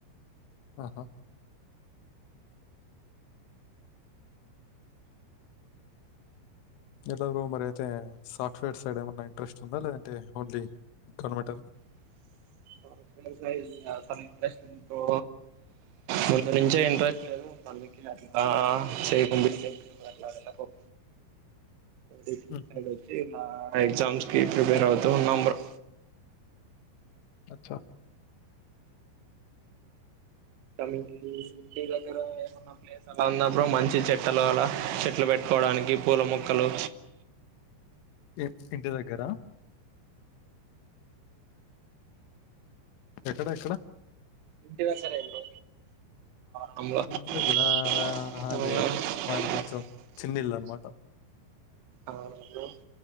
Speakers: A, on the left (about 85°); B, on the right (about 75°).
A: ఆహా ఎట్ల బ్రో మరి అయితే సాఫ్ట్వేర్ సైడ్ ఏమన్నా ఇంట్రెస్ట్ ఉందా లేదంటే ఓన్లీ కొనమాటారు <unintelligible>
B: <inaudible> సాఫ్ట్వైర్ అసలు ఇంట్రెస్ట్ బ్రో ముందు నుంచే ఇంట్రెస్ట్ లేదు అందుకే అట్లా చేయక ముందుకే అట్లా పోత డిగ్రీ
A: హుహు.
B: సైడ్ వచ్చి ఇలా ఎగ్జామ్స్ కి ప్రిపేర్ అవుతూ ఉన్నాం బ్రో
A: అచ్చా
B: తమకి ఇంటి దగ్గర ఏమన్నా ప్లేస్ అలా ఉందా బ్రో మంచి చెట్లు అలా చెట్లు పె ట్టుకోవడానికి పూల మొక్కలు
A: ఇ ఇంటి దగ్గరా ఎక్కడ ఎక్కడ
B: ఇంటి దగ్గరే బ్రో ర <unintelligible>
A: ఇంటి దగ్గరా? ఆహా! లేదు లేదు. మాది కొంచెం చిన్న ఇల్లు అనమాట.
B: అవును